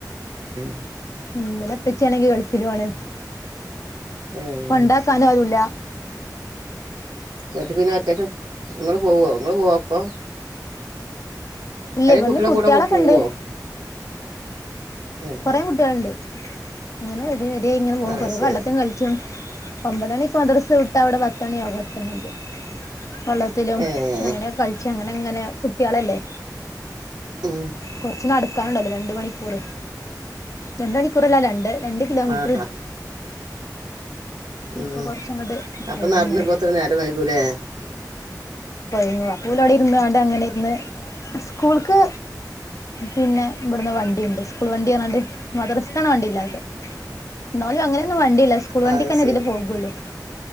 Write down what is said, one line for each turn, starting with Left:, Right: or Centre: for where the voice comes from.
Right: ഉം
Left: ഉം ഇവലെ ഇപ്പിച്ചി ആണെങ്കിൽ ഗൾഫിലു ആണ്.
Right: ഏഹ്
Left: കൊണ്ടാക്കാനാരുല്ല
Right: എന്നട്ട് പിന്നെ ഒറ്റക്ക് ഇങ്ങള് പോവോ ഇങ്ങള് പോവോ ഒപ്പം
Left: ഇല്ലേ ഇവന്ന്
Right: കുട്ടികളെ
Left: കുട്ട്യോളൊക്കെണ്ട്
Right: കൂടെ കൊ- പോവോ ഏഹ്
Left: കെറെ കുട്ട്യാളുണ്ട് അങ്ങനെവരി വരി ആയിങ്ങനെ പോകും
Right: അത്
Left: കൊറേ
Right: ശരി
Left: വെള്ളത്തികളി <unintelligible> ഒമ്പത് മണിക്ക് മദ്രസ് വിട്ട ഇവടെ പത്ത്മണിയ ആകും എത്തണങ്കി വള്ളത്തിലും
Right: ഏഹ്
Left: അങ്ങനെ കളിച്ച അങ്ങനെ അങ്ങനെ കുട്ട്യാളല്ലേ?
Right: ആ
Left: കൊറച്ച് നടക്കാനുണ്ടല്ലോ രണ്ട് മണിക്കൂർ രണ്ട് മണിക്കൂറല്ല രണ്ട് രണ്ട് കിലോമീറ്റർ
Right: ആഹാ ഉം
Left: അപ്പൊ കൊറച്ചങ്ങോട്ട്
Right: അപ്പൊ
Left: പോയിരുന്നു
Right: നടന്ന് വരുമ്പോത്തിന്‌ നേരം വെയ്കൂലേ?
Left: കൊഴങ്ങും അപ്പോല് അവിടെ ഇരുന്ന് ങ്ങാണ്ട് ങ്ങനെ ഇർന്ന് സ്കൂൾക്ക് പിന്നെ ഇവിടുന്ന് വണ്ടിണ്ട് സ്കൂൾ വണ്ടിപറഞ്ഞാണ്ട് മദ്റസ്ക്കാണ് വണ്ടില്ലാത് ന്നാലും അങ്ങനെയൊന്നും വണ്ടില്ല സ്കൂൾ വണ്ടിക്ക്ന്നെ
Right: അത് ശരി
Left: ഇതിലെ പോവുള്ളൂ.